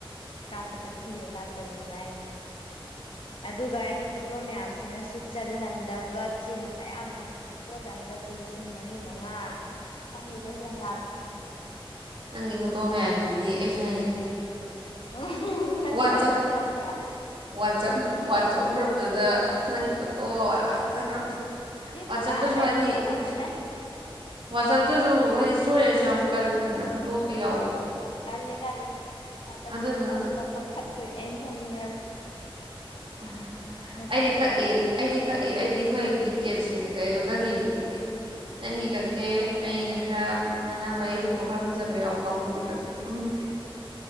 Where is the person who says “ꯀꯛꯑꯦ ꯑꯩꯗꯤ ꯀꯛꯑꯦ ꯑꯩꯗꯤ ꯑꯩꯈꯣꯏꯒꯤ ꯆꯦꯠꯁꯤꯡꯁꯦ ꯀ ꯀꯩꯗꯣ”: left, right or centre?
Right